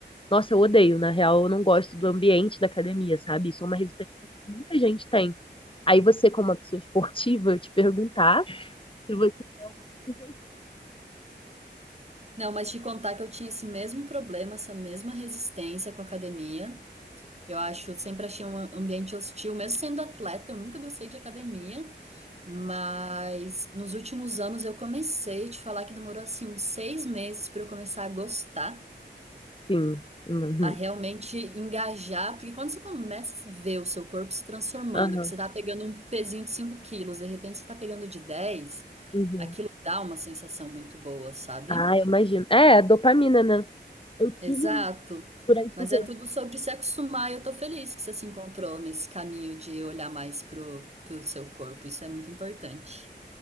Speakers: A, on the left (about 30°); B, on the right (about 35°).
A: nossa, eu odeio, na real, eu não gosto do ambiente da academia, sabe? Isso é uma resistência que muita gente tem. Aí você, como uma pessoa esportiva, eu te perguntar se você tem alguma sugestão.
B: Não, mas te contar que eu tinha esse mesmo problema, essa mesma resistência com a academia. Eu acho, sempre achei um ambiente hostil, mesmo sendo atleta, eu nunca gostei de academia. Mas nos últimos anos eu comecei te falar que demorou assim uns seis meses para eu começar a gostar,
A: Sim. Uhum.
B: a realmente engajar, porque quando você começa a ver o seu corpo se transformando,
A: Aham.
B: que você tá pegando um pezinho de 5 quilos, de repente você tá pegando de dez
A: Uhum.
B: aquilo dá uma sensação muito boa, sabe?
A: Ah, eu imagino. É, dopamina, né? Eu tive
B: Exato.
A: um, durante
B: Mas
A: um período.
B: é tudo sobre se acostumar e eu tô feliz que você se encontrou nesse caminho de olhar mais pro, pro seu corpo. Isso é muito importante.